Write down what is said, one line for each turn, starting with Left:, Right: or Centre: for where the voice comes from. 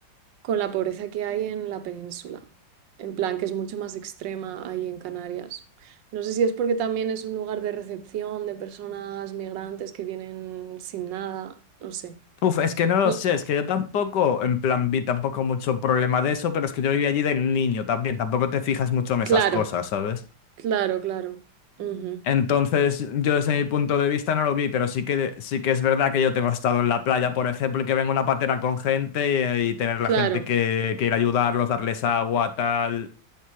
Right: con la pobreza que hay en la península. En plan, que es mucho más extrema ahí en Canarias. No sé si es porque también es un lugar de recepción de personas migrantes que vienen sin nada, no sé.
Left: Uf, es que no lo
Right: No-
Left: sé, es que yo tampoco, en plan, vi tampoco mucho problema de eso, pero es que yo viví allí de niño también, tampoco te fijas mucho en esas
Right: claro,
Left: cosas, ¿sabes?
Right: claro, claro. Ujú,
Left: Entonces, yo desde mi punto de vista no lo vi, pero sí que, sí que es verdad que yo tengo estado en la playa, por ejemplo, y que venga una patera con gente y, y tener la
Right: Claro,
Left: gente que, que ir a ayudarlos, darles agua, tal.